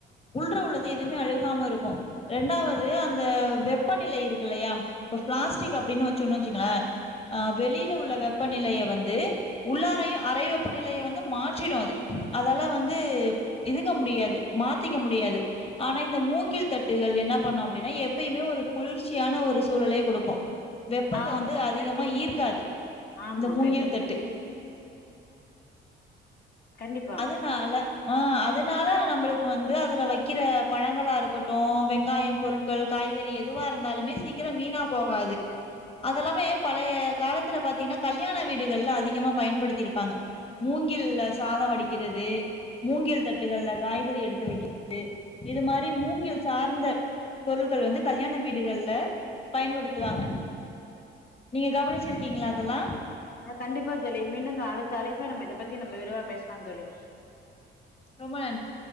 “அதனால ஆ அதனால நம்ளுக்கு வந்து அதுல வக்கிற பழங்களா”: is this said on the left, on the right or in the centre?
Left